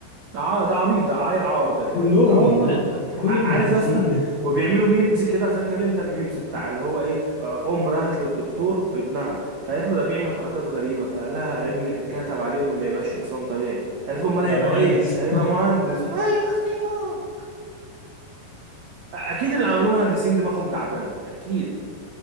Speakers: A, on the right (about 70°); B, on the left (about 60°).
A: ده ع- ده عبيط ده عيل عار ده كده
B: كلهم
A: اه والله
B: لا كل
A: ع-
B: المهندسين
A: عارف يا اسطى وبيعملوا ميمز كده فاكر انت الميمز بتاع اللي هو ايه آه، ام راحت للدكتور بابنها فقالت له ده بيعمل حركات غريبه فقال لها ابنك اتكتب عليه انه ما يبقاش انسان طبيعي قالت له امال
B: <laughs> يا
A: هيبقى
B: مهندس
A: ايه انس- هيبقى مهندس اه يا اختي اه اكيد اللي عملوه مهندسين دماغهم تعبان اكيد